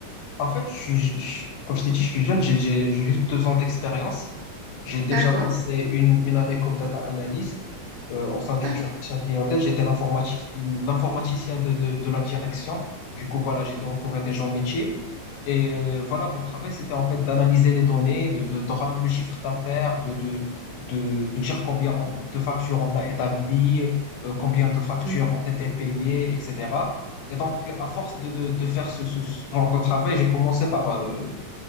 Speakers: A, on the left (about 75°); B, on the right (about 85°).
A: En fait, je suis, je- je- comme je t'ai dit, je suis jeune, j'ai j'ai- j'ai juste deux ans d'expérience. J'ai déjà
B: D'accord,
A: passé une, une année comme data analyst euh, au sein d'une
B: d'accord.
A: direction clientèle. J'étais l'informatic- l'informaticien de, de, de la direction. Du coup, voilà, j'étais entouré des gens métiers. Et euh, voilà, mon travail, c'était en fait d'analyser les données, de, de, de ramener le chiffre d'affaires, de, de, de, de dire combien on- de factures on a établies, euh, combien de factures
B: Mhm.
A: ont été payées, etc. Et donc, à force de, de, de faire ce, ce ce genre de travail, j'ai commencé par, euh,